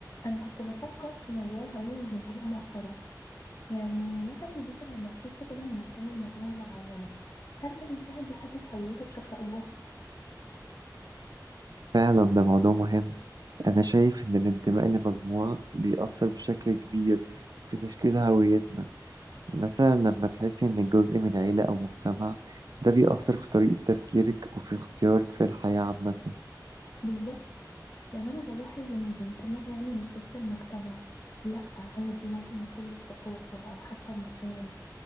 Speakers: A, on the left; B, on the right.
A: انا كنت بفكر في موضوع الهوية والانتماء مؤخرا يعني مثلا الواحد لما يحس كده انه منتمي لمجموعة معينة هل ده بيساعد يحدد هويته بشكل اكبر
B: فعلا ده موضوع مهم أنا شايف إن الانتماء لمجموعة بيأثر بشكل كبير في تشكيل هويتنا مثلا لما تحسي إنك جزء من عيلة أو مجتمع ده بيأثر في طريقة تفكيرك وفي اختيارك في الحياة عامة
A: بالظبط يعني انا بلاحظ ان الانتماء يعني مش بس المجتمع لا عادي ممكن يكون للثقافة او حتى المكان